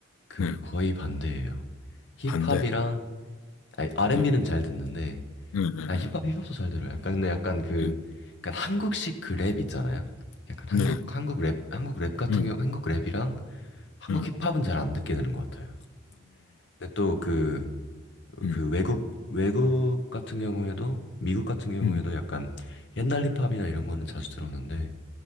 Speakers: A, on the left; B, on the left.
A: 그
B: 네,
A: 거의 반대예요. 힙합이랑
B: 반대,
A: 아니, R&B는
B: 네,
A: 잘 듣는데
B: 네, 네,
A: 아
B: 네,
A: 힙합 힙합도 잘 들어요. 약간 근데 약간 그
B: 네,
A: 약간 한국식 그 랩 있잖아요. 약간
B: 네,
A: 한국
B: 네,
A: 한국 랩 한국 랩 같은
B: 음,
A: 경우 한국 랩이랑 한국
B: 음,
A: 힙합은 잘 안 듣게 되는 것 같아요. 근데 또 그,
B: 음,
A: 그 외국, 외국 같은 경우에도, 미국 같은 경우에도
B: 음,
A: 약간 옛날 힙합이나 이런 거는 자주 들었는데,